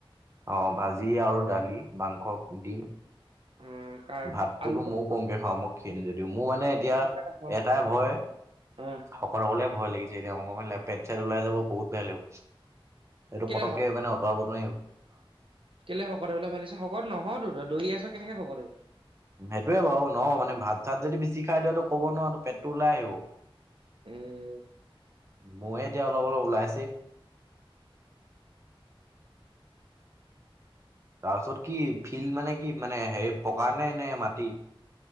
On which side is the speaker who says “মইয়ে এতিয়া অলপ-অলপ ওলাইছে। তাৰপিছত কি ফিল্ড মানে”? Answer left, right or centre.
Right